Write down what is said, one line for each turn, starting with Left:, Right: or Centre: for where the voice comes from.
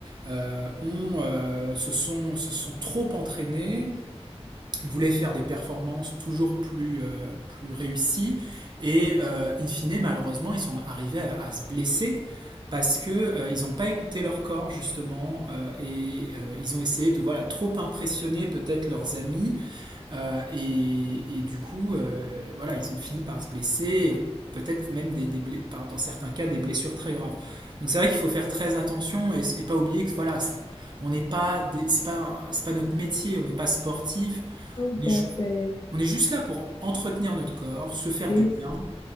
Right: euh, ont, euh, se, sont, se sont trop entraînés, ils voulaient faire des performances toujours plus, euh, plus réussies, et euh, in fine, malheureusement, ils sont arrivés à, à se blesser parce que euh, ils n'ont pas écouté leur corps justement euh, et euh, ils ont essayé de voilà trop impressionner peut-être leurs amis euh, et, et, du coup, euh, voilà, ils ont fini par se blesser, peut-être même des, des bla- par- dans certains cas des blessures très graves. Donc c'est vrai qu'il faut faire très attention et, et pas oublier que voilà, c'est- on n'est pas, des- c'est pas, c'est pas notre métier, on n'est pas sportif,
Left: Tout
Right: on est,
Left: à
Right: ju-
Left: fait.
Right: on est juste là pour entretenir notre corps, se faire
Left: C'est
Right: du
Left: ça.
Right: bien,